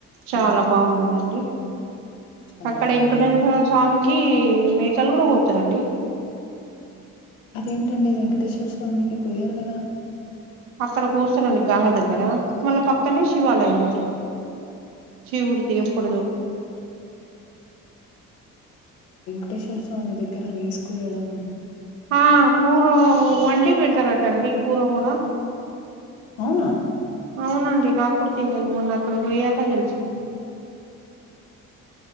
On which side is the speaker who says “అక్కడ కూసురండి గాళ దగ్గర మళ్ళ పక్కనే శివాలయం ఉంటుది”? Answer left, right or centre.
Right